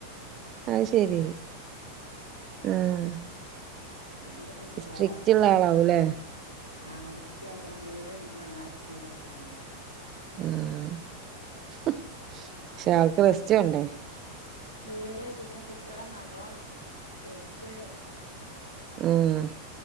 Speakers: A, on the right; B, on the left.
A: അത് ശരി ആഹ്.
B: അങ്ങൻത്തൊക്കെ സ്വഭാവാ
A: സ്ട്രിക്റ്റ് ഉള്ള ആളാവൂല്ലേ
B: ആഹ് വൃത്തിയാക്കണം, വീട് നന്നാക്കി കൊണ്ടടക്കണംന്നറിം
A: ഉം ഹും ക്ഷേ ആൾക്ക് റസ്റ്റ് വേണ്ടേ
B: വീട് പിന്നെ, കുട്ട്യാളെ നഖം, ചെരുപ്പ്
A: ഏഹ്